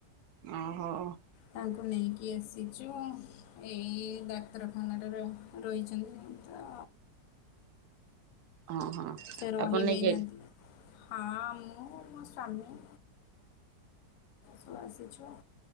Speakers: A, on the right; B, on the left.
A: ଓହୋ।
B: ତାଙ୍କୁ ନେଇକି ଆସିଚୁ ଆଉ। ଏଇ ଡାକ୍ତରଖାନାରେ ର ରହିଛନ୍ତି ତ।
A: ଅ ହଁ
B: ସେ ରହିବେ
A: ଆପଣ ନେଇକି
B: ନା
A: ଆଇଚ
B: ହଁ ମୁଁ ମୋ ସ୍ୱାମୀ ସବୁ ଆସିଛୁ ଆଉ।